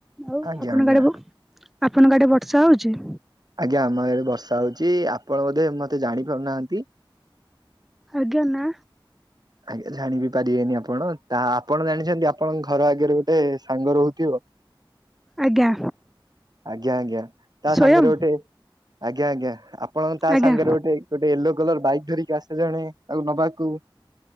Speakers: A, in the centre; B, on the right.
A: ଆଉ
B: ଆଜ୍ଞା
A: ଆପଣ
B: ଆଜ୍ଞା
A: <unintelligible> ଆପଣଙ୍କ ଆଡେ ବର୍ଷା ହଉଛି?
B: ଆଜ୍ଞା ଆମ ଇଆଡେ ବର୍ଷା ହଉଛି ଆପଣ ବୋଧେ ମତେ ଜାଣି ପାରୁନାହାନ୍ତି?
A: ଆଜ୍ଞା ନା
B: ଆଜ୍ଞା, ଜାଣିି ବି ପାରିବେନି ଆପଣ, ତାହା ଆପଣ ଜାଣିଛନ୍ତି ଆପଣଙ୍କ ଘର ଆଗରେ ଗୋଟେ ସାଙ୍ଗ ରହୁଥିବ?
A: ଆଜ୍ଞା
B: ଆଜ୍ଞା ଆଜ୍ଞା ତା
A: ସ୍ଵୟଂ
B: ସାଙ୍ଗରେ ଗୋଟେ ଆଜ୍ଞା ଆଜ୍ଞା ଆପଣ ତା
A: ଆଜ୍ଞା
B: ସାଙ୍ଗରେ ଗୋଟେ ଗୋଟେ ୟେଲୋ କଲର ବାଇକ୍ ଧରିକି ଆସେ ଜଣେ ଆଉ ନବାକୁ